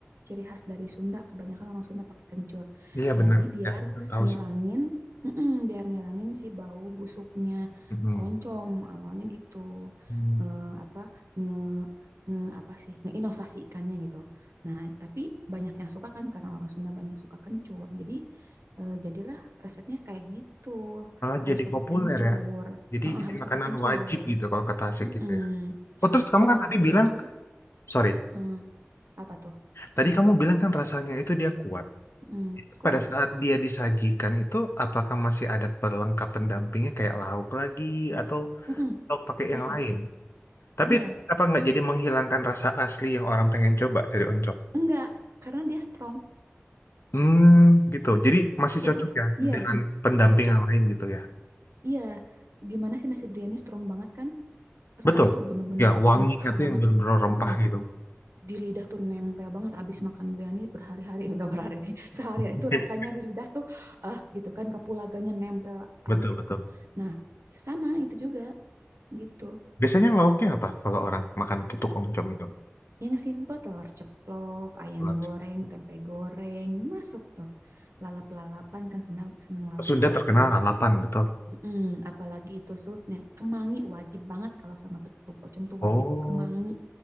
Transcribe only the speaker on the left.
Iya
benar,
ya, aku tahu
sih.
Mm-mm.
Hmm.
Malah
jadi
populer
ya. Jadi
jadi
makanan
wajib gitu kalau ke Tasik
gitu ya. Oh terus kamu
kan tadi
bilang,
sorry,
tadi kamu bilang kan rasanya itu dia kuat.
Pada saat dia disajikan itu, apakah masih ada pelengkap pendampingnya kayak lauk lagi atau
atau pakai
yang lain? Tapi
apa nggak jadi menghilangkan rasa asli yang orang pengen coba dari oncom?
Hmm, gitu. Jadi masih
cocok ya
dengan pendamping
yang lain gitu ya.
Betul.
Ya, wangi
itu
yang benar-benar rempah
gitu.
Oke.
Betul, betul.
Biasanya lauknya apa kalau orang makan tutuk oncom itu?
Kalau oncom.
Sunda terkenal lalapan, betul.
Oh,